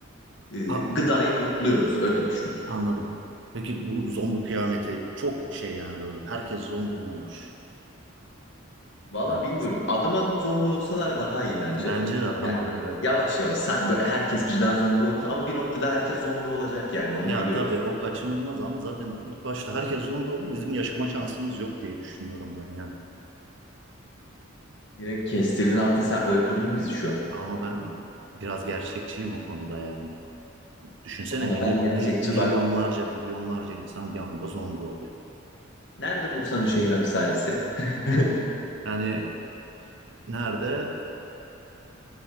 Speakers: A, on the left; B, on the right.
A: Ee,
B: A,
A: gıdayı lootluyoruz öyle düşün.
B: anladım. Peki bu zombi kıyameti çok şey yani böyle. Herkes zombi mi olmuş?
A: Valla
B: Yani
A: bilmiyorum adım adım zombi olsalar daha iyi bence.
B: bence de adım
A: Yani
B: adım
A: böyle
B: böyle.
A: yavaş yavaş sen- böyle herkes birden zombi olmaz ama bir noktada herkes zombi olacak yani onu
B: Ya
A: biliyoruz.
B: tabii o kaçınılmaz ama zaten ilk başta herkes zombi oldu. Bizim yaşama şansımız yok diye düşünüyorum ben yani.
A: Direkt kestirdin attın sen öldürdün bizi şu an.
B: Ama ben biraz gerçekçiyim o konuda yani. Düşünsene
A: Valla
B: milyon,
A: ben gerçekçi
B: milyonlarca
A: bak
B: milyonlarca insan bir anda zombi oluyor.
A: Nerede Bursa'nın şehir hapishanesi? <laughs>
B: Yani Nerede?